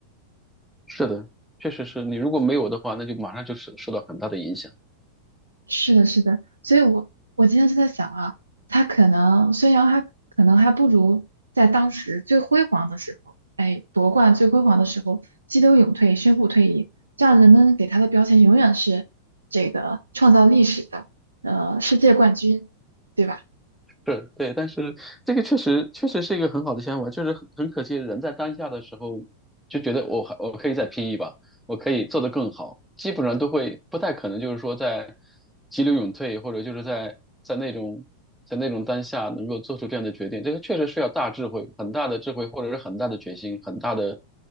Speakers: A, in the centre; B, on the right (about 75°).
A: 是的，确实是你如果没有的话，那就马上就是受到很大的影响。
B: 是的，是的，所以我我今天就在想啊，他可能孙杨还可能还不如在当时最辉煌的时候，哎，夺冠最辉煌的时候激流勇退，宣布退役，这样人们给他的标签永远是这个创造历史的，呃，世界冠军，对吧？
A: 是，对，但是这个确实确实是一个很好的想法，就是很很可惜，人在当下的时候就觉得我还我可以再拼一把，我可以做得更好，基本上都会不太可能就是说在急流勇退，或者就是在在那种在那种当下能够做出这样的决定，这个确实是要大智慧、很大的智慧，或者是很大的决心、很大的。